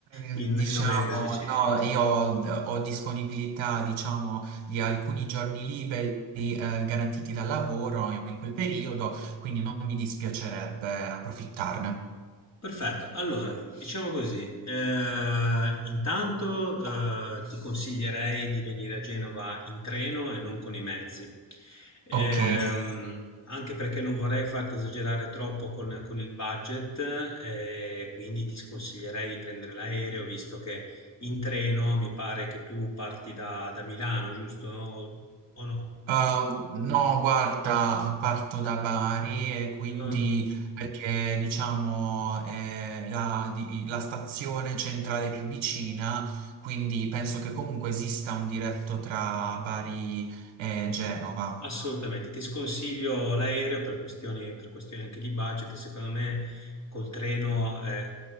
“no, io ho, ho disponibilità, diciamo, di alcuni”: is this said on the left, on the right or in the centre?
Right